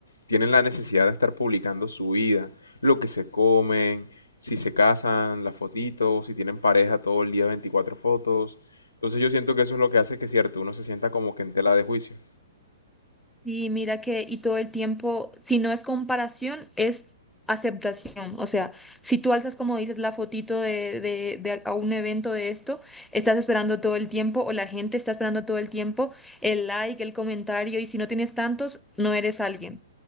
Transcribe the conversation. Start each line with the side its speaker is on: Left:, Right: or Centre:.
Left: tienen la necesidad de estar publicando su vida, lo que se comen, si se casan, las fotitos, si tienen pareja todo el día 24 fotos. Entonces yo siento que eso es lo que hace que, cierto, uno se sienta como que en tela de juicio.
Centre: Y mira que, y todo el tiempo, si no es comparación, es aceptación. O sea, si tú alzas, como dices, la fotito de, de, de a un evento de esto, estás esperando todo el tiempo, o la gente está esperando todo el tiempo el like, el comentario, y si no tienes tantos, no eres alguien.